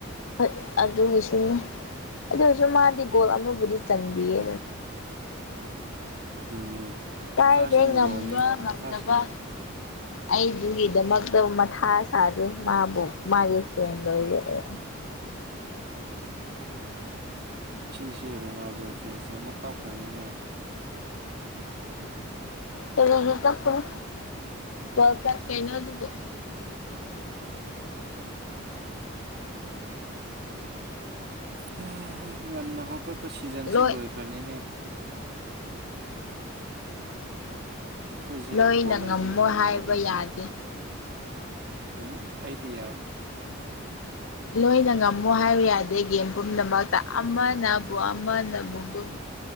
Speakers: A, on the left; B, on the right.
A: ꯍꯣꯏ ꯑꯗꯨꯒꯤꯁꯨꯅꯦ ꯑꯗꯨ ꯑꯣꯏꯔꯁꯨ ꯃꯥꯗꯤ ꯒꯣꯜ ꯑꯃꯕꯨꯗꯤ ꯆꯟꯕꯤꯌꯦ
B: ꯑꯗꯨꯅꯦ
A: ꯀꯥꯏꯗꯦ
B: ꯐꯥꯁ ꯑꯦꯟ
A: ꯉꯝꯕ
B: ꯒꯣꯜꯅꯦꯕ
A: ꯉꯝꯗꯕ
B: ꯐꯥꯁ
A: ꯑꯩꯗꯨꯒꯤꯗꯃꯛꯇ ꯃꯊꯥ ꯁꯥꯗꯦ ꯃꯥꯕꯨ ꯃꯥꯒꯤ ꯐꯦꯟ ꯂꯣꯏꯔꯛꯑꯦ꯫
B: ꯉꯥꯁꯤꯁꯦ ꯔꯣꯅꯥꯜꯗꯣ ꯐꯦꯟꯁꯤꯡ ꯑꯃꯨꯛ ꯀꯥꯞꯈ꯭ꯔꯅꯤꯅꯦ꯫
A: ꯀꯔꯤꯒꯤ ꯀꯞꯄꯣꯏ ꯋꯥꯜ ꯀꯞ ꯀꯩꯅꯣꯗꯨꯕꯨ꯫
B: ꯍ ꯉꯟꯅ ꯍꯧꯒꯠꯄ ꯁꯤꯖꯟꯁꯦ
A: ꯂꯣꯏ
B: ꯂꯣꯏꯈ꯭ꯔꯅꯤꯅꯦ꯫ ꯑꯩꯈꯣꯏꯁꯦ
A: ꯅꯣꯏꯅ
B: ꯕꯣꯜ ꯂꯩꯕꯒꯤ
A: ꯉꯝꯃꯣꯏ
B: ꯉꯟꯅ
A: ꯍꯥꯏꯕ
B: ꯍꯧꯒꯠꯂꯦꯕ
A: ꯌꯥꯗꯦ꯫
B: ꯎꯝ ꯑꯩꯗꯤ ꯌꯥꯏ꯫
A: ꯂꯣꯏꯅ ꯉꯝꯃꯨ ꯍꯥꯏꯕ ꯌꯥꯗꯦ ꯒꯦꯝ ꯄꯨꯝꯅꯃꯛꯇ ꯑꯃꯅ ꯑꯃꯅꯕꯨ ꯑꯗꯨꯝ